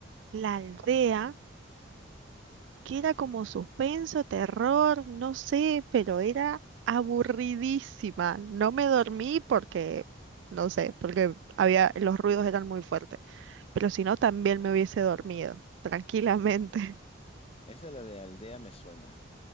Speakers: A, on the right (about 65°); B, on the left (about 30°).
A: La Aldea, que era como suspenso, terror, no sé, pero era aburridísima. No me dormí porque, no sé, porque había, los ruidos eran muy fuertes. Pero si no, también me hubiese dormido, tranquilamente.
B: Esa la de aldea me suena.